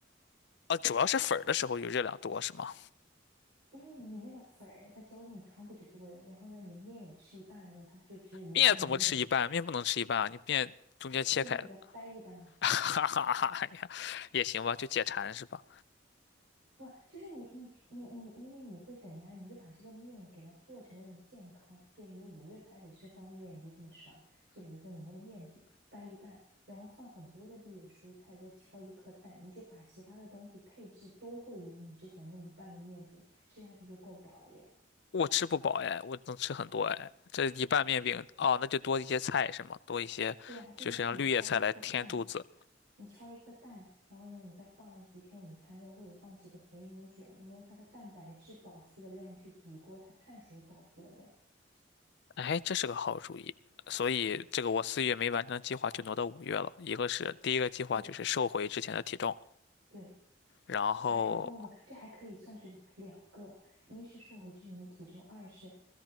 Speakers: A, on the left; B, on the right.
A: 啊，主要是粉儿的时候有热量多，是吗？
B: 因为你那个粉儿它浇进你汤不就多了？然后呢，你面也吃一半的时候，它不就只有一半的面吗？
A: 面怎么吃一半？面不能吃一半啊，你面中间切开的
B: 面就给它掰一半啊，
A: <laughs> 哈哈哈，哎呀，也行吧，就解馋是吧？
B: 不，就是你你你你，因为你会等呀，你就把这个面给它做成那种健康。对你五月开始吃方便面，你就这么吃啊？就比如说你那个面饼掰一半，然后放很多的绿叶蔬菜，再敲一颗蛋，你就把其他的东西配置多过于你之前那一半的面饼，吃下去就够饱了耶。
A: 我吃不饱哎，我能吃很多哎。这一半面饼哦，那就多一些菜是吗？多一些，
B: 对啊，就是说你敲一颗蛋，
A: 就是让绿叶菜来填肚子。
B: 你敲一颗蛋，然后呢，你再放几片午餐肉，或者放几个肥牛卷，你用它的蛋白质饱腹的量去抵过它碳水饱腹的量。
A: 哎，这是个好主意。所以这个我四月没完成的计划就挪到五月了。一个是第一个计划就是瘦回之前的体重，
B: 对，对，
A: 然后
B: 还哦不不不，这还可以算是两个，一是瘦回之前的体重，二是